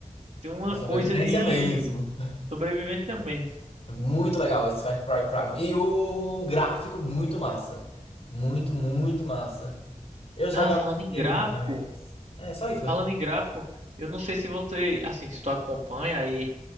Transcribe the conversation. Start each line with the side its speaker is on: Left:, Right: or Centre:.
Right: tem uma
Left: A sobrevivência
Right: coisa de
Left: mesmo.
Right: sobrevivência mesmo.
Left: É Muito legal esse Far Cry Primal. E o gráfico, muito massa. Muito, muito massa. Eu jogava
Right: Ah, falando em
Left: demais.
Right: gráfico,
Left: É, só isso mesmo.
Right: falando em gráfico, eu não sei se você, assim, se tu acompanha aí